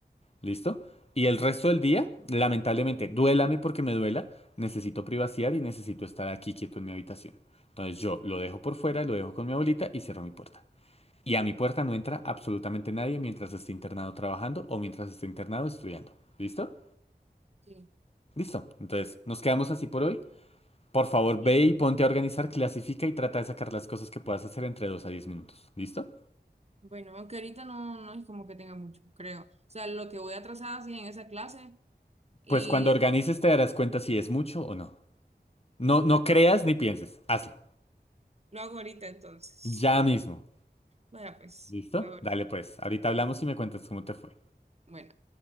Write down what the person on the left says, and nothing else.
¿listo? Y el resto del día, lamentablemente, duélame porque me duela, necesito privacidad y necesito estar aquí quieto en mi habitación. Entonces yo lo dejo por fuera, lo dejo con mi abuelita y cierro mi puerta. Y a mi puerta no entra absolutamente nadie mientras esté internado trabajando o mientras esté internado estudiando. ¿Listo?
Listo. Entonces, nos quedamos así por hoy. Por favor,
ve y ponte a organizar, clasifica y trata de sacar las cosas que puedas hacer entre 2 a 10 minutos. ¿Listo?
Pues cuando organices
te darás cuenta si es mucho o no. No, no
creas ni pienses. Hazlo.
Ya mismo.
¿Listo?
Dale pues. Ahorita
hablamos
y me cuentas cómo te fue.